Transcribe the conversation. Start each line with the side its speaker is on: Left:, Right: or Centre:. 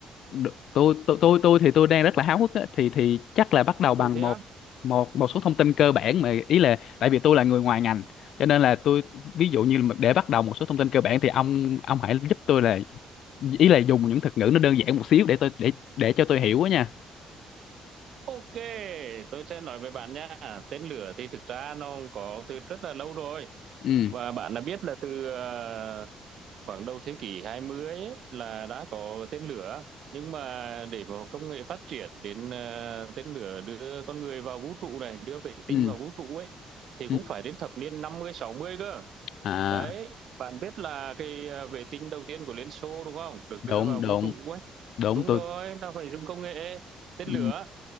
Left: Được. Tôi tôi tôi tôi thì tôi đang rất là háo hức á thì thì chắc là bắt đầu bằng
Right: Cùng thế
Left: một
Right: á?
Left: một một số thông tin cơ bản mà ý là tại vì tôi là người ngoài ngành cho nên là tôi ví dụ như mà để bắt đầu một số thông tin cơ bản thì ông ông hãy giúp tôi là ý là dùng những thuật ngữ nó đơn giản một xíu để tôi để để cho tôi hiểu á nha
Right: Ok, tôi sẽ nói với bạn nha. Tên lửa thì thực ra nó có từ rất là lâu rồi
Left: ừ
Right: và bạn đã biết là từ ờ, khoảng đầu thế kỷ 20 ấy, là đã có tên lửa nhưng mà để mà công nghệ phát triển đến ờ, tên lửa đưa con người vào vũ trụ này đưa vệ
Left: ừ
Right: tinh vào vũ trụ ấy thì cũng
Left: ừ
Right: phải đến thập niên năm mươi sáu mươi cơ
Left: à
Right: đấy bạn biết là cái ờ, vệ tinh đầu tiên của Liên Xô đúng không được
Left: đúng
Right: đưa vào
Left: đúng
Right: vũ trụ ấy
Left: đúng
Right: đúng
Left: tôi
Right: rồi nó phải dùng công nghệ tên
Left: ừ
Right: lửa